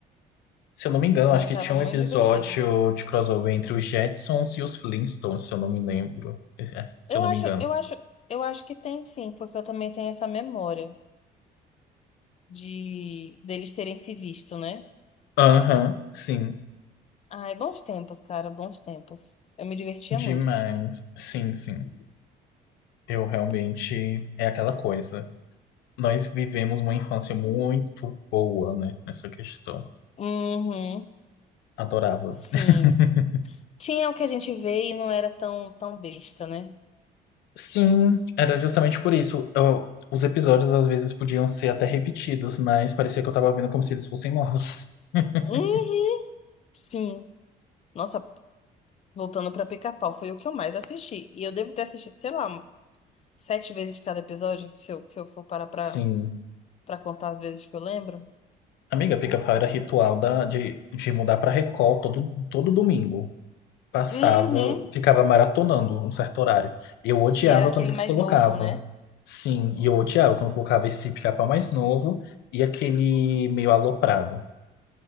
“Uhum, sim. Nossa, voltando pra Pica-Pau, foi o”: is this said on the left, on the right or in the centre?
Left